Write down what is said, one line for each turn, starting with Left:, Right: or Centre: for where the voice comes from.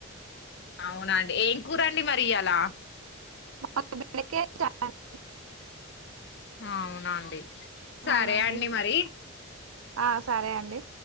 Left: అవునండి ఏం కూరండి మరి ఇయలా
Right: మాది బెండకాయ చారండీ
Left: అవున అండీ సరే
Right: అవునండి
Left: అండి మరి
Right: ఆ సరే అండి